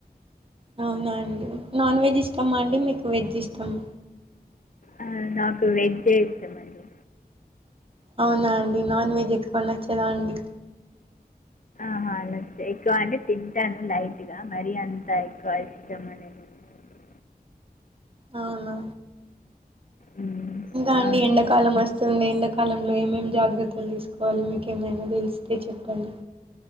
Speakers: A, on the right; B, on the left.
A: అవునా అండి నాన్ వెజ్ ఇష్టమా అండి, మీకు వెజ్ ఇష్టమా?
B: ఆ, నాకు వెజ్ ఇష్టం అండి.
A: అవునా అండి, నాన్ వెజ్ ఎక్కువ నచ్చదా అండి.
B: అహా అలా ఎక్కువ అంటే తింటాను, లైట్ గా మరీ అంతా ఎక్కువ ఇష్టం అనేది ఉండదండి.
A: అవునా
B: ఉమ్,
A: ఇంకా అండి
B: అవునండి
A: ఎండాకాలం అ స్తుంది ఎండాకాలంలో ఏమేం జాగ్రత్తలు తీసుకోవాలి, మీకేమైనా తెలిస్తే చెప్పండి.